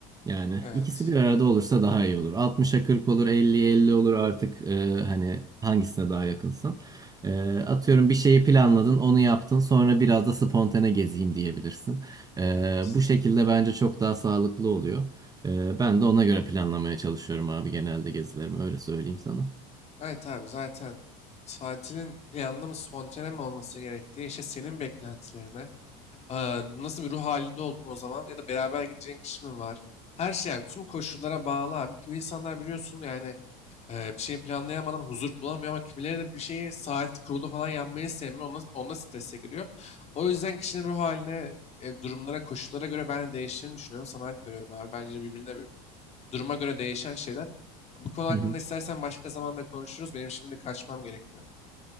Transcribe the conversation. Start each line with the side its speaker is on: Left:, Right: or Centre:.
Right: Yani
Left: Evet.
Right: ikisi bir arada olursa daha iyi olur. 60'a 40 olur, 50'ye 50 olur artık e, hani hangisine daha yakınsan. Ee, atıyorum bir şeyi planladın, onu yaptın, sonra biraz da spontane gezeyim diyebilirsin. Ee,
Left: Evet.
Right: bu şekilde bence çok daha sağlıklı oluyor. Ee, ben de ona göre planlamaya çalışıyorum abi genelde gezilerimi öyle söyleyeyim sana.
Left: Evet abi zaten tatilin planlı mı spontane mi olması gerektiği işte senin beklentilerine Eee, nasıl bir ruh halinde oldun o zaman ya da beraber gideceğin kişi mi var? Her şey abi tüm koşullara bağlı abi. Kimi insanlar biliyorsun yani eee, bir şeyin planlayamadan huzur bulamıyor ama kimileri de bir şeyi saat kurulu falan yapmayı sevmiyor. Onda, onda strese giriyor. O yüzden kişinin ruh haline, e, durumlara, koşullara göre ben de değiştiğini düşünüyorum. Sana hak veriyorum abi. Bence birbirine duruma göre değişen şeyler. Bu konu hakkında
Right: Hı hı.
Left: istersen başka zamanda konuşuruz. Benim şimdi kaçmam gerekiyor.